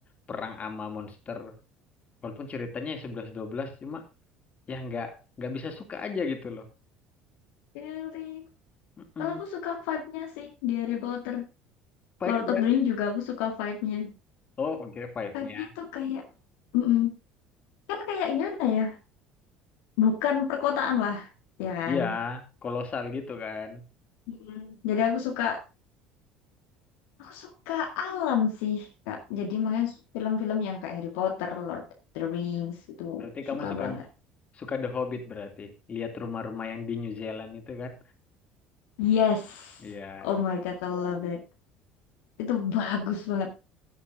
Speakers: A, on the left; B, on the left.
A: perang ama monster. Walaupun ceritanya ya sebelas dua belas cuma ya nggak nggak bisa suka aja gitu loh.
B: really.
A: Mm-mm.
B: Kalau aku suka vibe-nya sih di Harry Potter.
A: Vibe-nya.
B: Lord of the Rings juga aku suka vibe-nya.
A: Oh, oke, vibe-nya.
B: Vibe-nya tuh kayak... mm-mm. Kan kayak gimana ya? Bukan perkotaan lah. Ya kan?
A: Iya, kolosal gitu kan.
B: Mm. Jadi aku suka Aku suka alam sih, Kak. Jadi makanya film-film yang kayak Harry Potter, Lord of the Rings itu
A: Berarti kamu
B: suka
A: suka
B: banget.
A: suka The Hobbit berarti. Lihat rumah-rumah yang di New Zealand itu kan.
B: Yes.
A: Iya.
B: Oh my God, I love it. Itu bagus banget.